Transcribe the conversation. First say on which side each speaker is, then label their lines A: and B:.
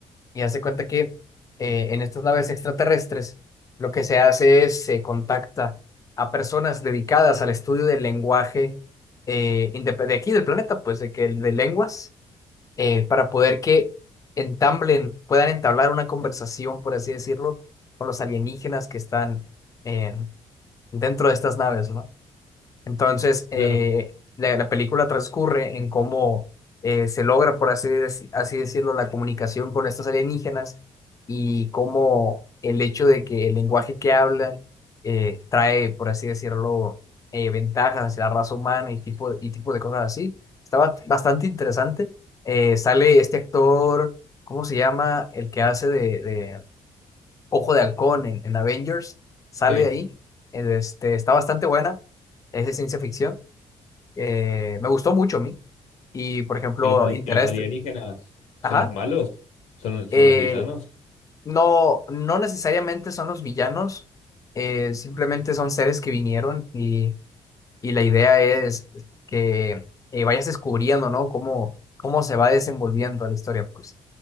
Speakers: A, on the left (about 30°); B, on the left (about 80°).
A: Y hace cuenta que eh, en estas naves extraterrestres lo que se hace es se contacta a personas dedicadas al estudio del lenguaje eh, indep- de aquí del planeta, pues de que de lenguas eh, para poder que entablen, puedan entablar una conversación, por así decirlo, con los alienígenas que están eh, dentro de estas naves, ¿no? Entonces, eh,
B: claro,
A: la, la película transcurre en cómo eh, se logra, por así, deci- así decirlo, la comunicación con estos alienígenas y cómo el hecho de que el lenguaje que hablan eh, trae, por así decirlo, eh, ventajas hacia la raza humana y tipo, y tipo de cosas así. Estaba bastante interesante. Eh, sale este actor, ¿cómo se llama? El que hace de, Ojo de Halcón en, en Avengers, sale
B: sí.
A: ahí, este, está bastante buena, es de ciencia ficción, eh, me gustó mucho a mí, y por ejemplo,
B: ¿Y los, ali-
A: Interest,
B: y los alienígenas son
A: ajá,
B: los malos? ¿Son,
A: eh,
B: son los villanos?
A: no, no necesariamente son los villanos, eh, simplemente son seres que vinieron y, y la idea es que eh, vayas descubriendo, ¿no? Cómo, cómo se va desenvolviendo la historia, pues,